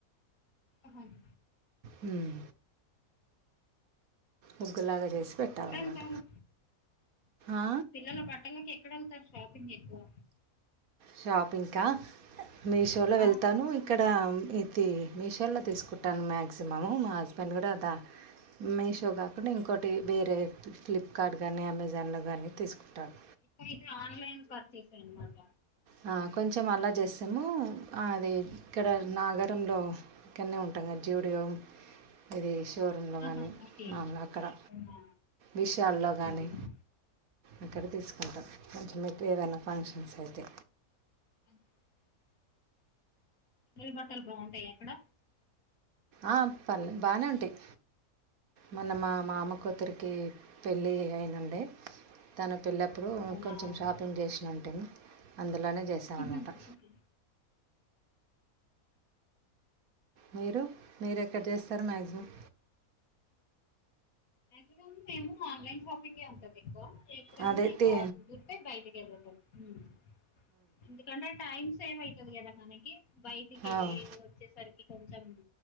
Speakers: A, on the left; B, on the right.
A: అహను
B: హ్మ్ ఉగ్గులాగా చేసి పెట్టాలన్మాట
A: ఎక్కడెళ్తారు
B: ఆ
A: పిల్లల బట్టలకే ఇక్కడన్త షాపింగ్ ఎక్కువ
B: షాపింగ్కా మీషోలో
A: ఆ
B: వెళ్తాను ఇక్కడ ది మీషోలో తీసుకుంటాను మాక్సీమమ్ మా హస్బెండ్ కూడా ద మీషో కాకుండా ఇంకోటి వేరే ఫ్లిప్కార్ట్ గానీ అమెజాన్లో గానీ తీస్కుంటారు
A: ఎటైతే ఆన్లైన్ పర్చేస్ అన్మాట
B: హా కొంచెం అలా చేసము అది ఇక్కడ నాగరంలో ఇక్కనే ఉంటది గా జ్యూడియో ఇది షోరూమ్ లో
A: ఆహా
B: గానీ
A: ఓకే
B: మాములు అక్కడ
A: అవునా
B: విశాల్లో గానీ
A: అవును
B: అక్కడె తీసుకుంటా కొంచెం ఎప్పుడు ఏదనా ఫంక్షన్స్ అయితే
A: <inaudible> పెళ్లి బట్టల్ బాగుంటాయ అక్కడ
B: ఆ పర్లేదు బానే ఉంటయ్ మొన్న మా మామ కొ ఇత్తరికి పెళ్ళి అయినుండే తన పెళ్ళప్పుడు
A: అవునా
B: కొంచెం షాప్ మొత్తం జెసినంటేనే అందులోనే చేసాం అన్మాట
A: మ్మ్. ఓకే
B: మీరు మీరు ఎక్కడ చేస్తారు మాక్సిమమ్
A: మాక్సిమమ్ మేము ఆన్లైన్ షాపింగే వుంటది ఎక్కువ ఎప్పుడన్నా
B: అదే
A: ఇంకా
B: తి
A: కుదిరితే బయటికి ఎల్లుతాం హ్మ్ కొనే టైం సేవ్ అవుతది కదా మనకి బయటికి యెళ్ళి
B: అవు.
A: వచ్చేసరికి కొంచం